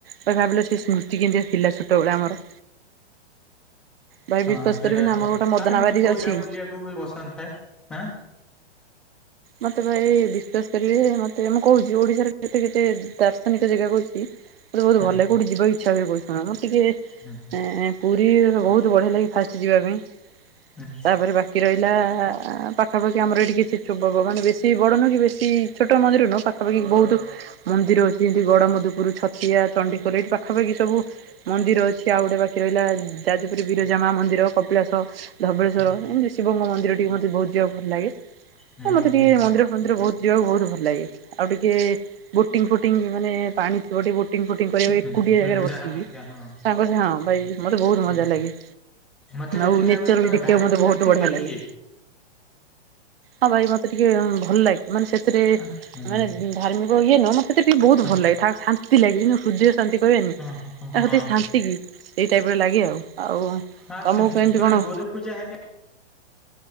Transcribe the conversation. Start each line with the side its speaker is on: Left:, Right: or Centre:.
Right: ତ ଭାବିଲ ସେଇ ସ୍ମୃତି କେମିତିକା ଥିଲା ଛୋଟବେଳେ ଆମର। ଭାଇ
Centre: ହଁ
Right: ବିଶ୍ୱାସ
Centre: ସେଇଟା
Right: କରିବେନି
Centre: ସତ
Right: ଆମର ଗୋଟେ ମଦନାବାରି
Centre: ଆଉ କେମିତି କୋଉ
Right: ଅଛି
Centre: ଯାଗା ବୁଲିବାକୁ ବି ପସନ୍ଦ ଥାଏ ଆଁ। <inaudible>
Right: ମତେ ଭାଇ ବିଶ୍ଵାସ କରିବେ ମତେ ମୁଁ କହୁଛି ଓଡିଶାର କେତେ କେତେ ଦାର୍ଶନିକ ଜାଗା କହୁଛି। ମତେ ବହୁତ
Centre: ହୁଁ
Right: ଭଲ ଲାଗେ କୋଉଠି ଯିବା କୁ ଇଛା ହୁଏ କହୁଚି ଶୁଣ ମୁଁ ଟିକେ।
Centre: ହୁଁ
Right: ଏଁ ପୁରୀ ବହୁତ ବଢିଆ ଲାଗେ ଫାଷ୍ଟ ଯିବା ପାଇଁ।
Centre: ହୁଁ
Right: ତାପରେ ବାକି ରହିଲା ପାଖାପାଖି ଆମର ଏଇଠି କିଛି। ଛୁବବ ମାନେ ବେଶୀ ବଡ଼ ନୁହଁ କି ବେଶୀ ଛୋଟ ମନ୍ଦିର ନୁହଁ ପାଖାପାଖି ବହୁତ ମନ୍ଦିର ଅ ଯେମତି ଗଡ ମଧୁପୁର ଛତିଆ ଚଣ୍ଡିିଖୋଲ ଏଇଠି ପାଖାପଖି ସବୁ ମନ୍ଦିର ଅଛି ଆଉ ଗୋଟେ ବା ରହିଲା ଯାଜପୁରି ବିରଜାମା ମନ୍ଦିର କପିଳାସ ଧବଳେଶ୍ୱର
Centre: ହୁଁ
Right: ଏମିତି ଶିବ ଙ୍କ ମନ୍ଦିର ଟିକେ ମୋତେ ବହୁତ ଯିବାକୁ ଭଲ ଲାଗେ
Centre: ହୁଁ
Right: ଆ ମତେ
Centre: ହୁଁ।
Right: ଟିକେ ମନ୍ଦିର ଫନ୍ଦିର ବହୁତ ଯିବାକୁ ବହୁତ ଭଲ ଲାଗେ ଆଉ ଟିକେ ବୋଟିଂ ଫୋଟିଂ ମାନେ ପାଣି ଥିବ ଟିକେ ବୋ ଫୁଟିଙ୍ଗ ଫୁଟିଙ୍ଗ କରିବା
Centre: ହୁଁ
Right: ଏକୁଟିଏ ଜାଗାରେ
Centre: ହୁଁ
Right: ବସିକି
Centre: ଯାହା ଯାହା ହଁ
Right: ସାଙ୍ଗସହ ହଁ ଭାଇ ମତେ ବହୁତ ମଜା
Centre: ହୁଁ
Right: ଲାଗେ।
Centre: ମତେ ଯେତିକି
Right: ଆଉ ନେଚର
Centre: ଲାଗୁଛି ତମେ
Right: ବି ଦେଖିବାକୁ
Centre: ଧାର୍ମିକ
Right: ମତେ ବହୁତ
Centre: ବ୍ୟକ୍ତି
Right: ବଢିଆ
Centre: କି
Right: ଲାଗେ।
Centre: ଟିକେ
Right: ହଁ ଭାଇ ମତେ ଟିକେ ଭଲଲାଗେ ମାନେ ସେଥିରେ
Centre: ହୁଁ ହୁଁ
Right: ମାନେ ଧାର୍ମିକ ଇଏ ନୁହ ମ ସେଠି ଟିକେ ବହୁତ
Centre: ହୁଁ
Right: ଭଲ ଲାଗେ ଠା ଶାନ୍ତି ଲାଗେ ଯେ ହୃଦୟ ଶାନ୍ତି ପାଇବ ଏମିତି
Centre: ହଁ ହଁ
Right: ତ ଶାନ୍ତି। ଏଇ ଟାଇପର ଲାଗେ ଆଉ ଆଉ
Centre: ଆଉ
Right: ତମକୁ କେମିତି କଣ?
Centre: ଗୋରୁ ପୂଜା ହେରିକା